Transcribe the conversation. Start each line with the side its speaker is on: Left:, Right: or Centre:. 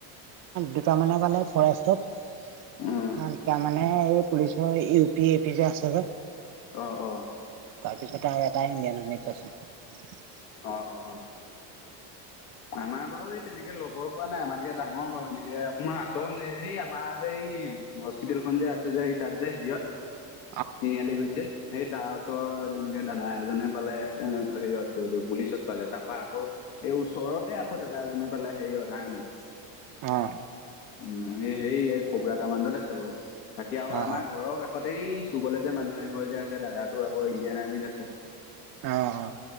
Right: দুটামানে পালে ফৰেষ্টত। অ',
Left: উম
Right: এতিয়া মানে এই পুলিচৰ ইউ পি, এ পি যে আছে যে।
Left: অ', অ'।
Right: তাৰপিছতে আৰু এটাই ইণ্ডিয়ান আৰ্মীত পাইছে।
Left: অ', অ', অ'। আমাৰ বাৰু এই তেনেকে লগৰ পোৱা নাই, আমাতকে ডাঙৰ বাৰু, এনেকে অকমান আঁতৰলে, সেই আমাৰ যে এই হস্পিিতেলখন যে আছে যে, সেই তাত যে হেৰিয়ত।
Right: উ
Left: তিনিআলি গুৰিত যে, সেই তাৰ ওচৰত তেনেকে দাদা এজনে পালে এই হেৰিয়ত, এইটো পুলিচত পালে, তাৰপৰা আকৌ এই ওচৰত এই আকৌ দাদা এজনে পালে হেৰিয়ত আৰ্মিত।
Right: অ'।
Left: উম, এই হেৰি, এই কবৰা কামাণ্ডত আছে বাৰু, বাকী আৰু
Right: অ অ
Left: আমাৰ ঘৰৰ কাষ তহঁত এই চুকলে যে মানুহ এঘৰ যে আছে দাদাতো আকৌ ইণ্ডিয়ান আৰ্মিত আছে।
Right: অ', অ'।